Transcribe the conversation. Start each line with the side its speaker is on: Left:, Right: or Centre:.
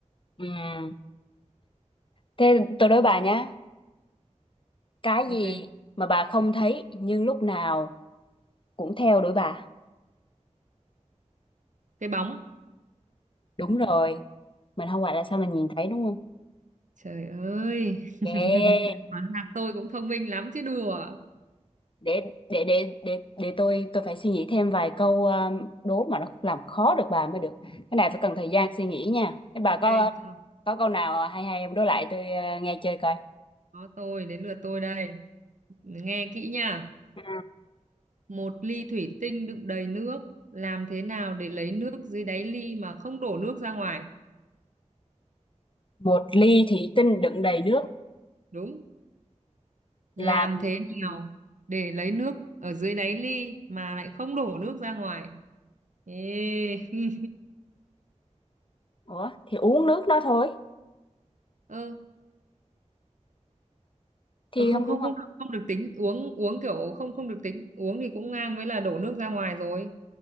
Left: ừm. thế tôi đố bà nhá cái
Right: ok
Left: gì mà bà không thấy nhưng lúc nào cũng theo đuổi bà
Right: cái bóng
Left: đúng rồi mình không gọi là sao mình nhìn thấy đúng không
Right: trời ơi <laughs>
Left: yeah.
Right: hóa ra tôi cũng thông minh lắm chứ đùa
Left: để để để để để tôi tôi phải suy nghĩ thêm vài câu um, đố mà nó làm khó được bà mới được cái này phải cần thời gian suy nghĩ nha thế bà
Right: ok
Left: có
Right: cho
Left: có câu nào hay hay em đố lại tôi uh, nghe chơi coi
Right: có tôi đến lượt tôi đây nghe kỹ nha
Left: ừ.
Right: một ly thủy tinh đựng đầy nước làm thế nào để lấy nước dưới đáy ly mà không đổ nước ra ngoài
Left: một ly thủy tinh đựng đầy nước
Right: đúng làm
Left: làm
Right: thế nào
Left: ừ.
Right: để lấy nước ở dưới đáy ly mà lại không đổ nước ra ngoài Ê. <laughs>
Left: ủa thì uống nước nó thôi
Right: ơ
Left: thì
Right: ờ, không
Left: không
Right: không
Left: đúng không
Right: không được không được tính uống uống kiểu không không được tính uống thì cũng ngang với là đổ nước ra ngoài rồi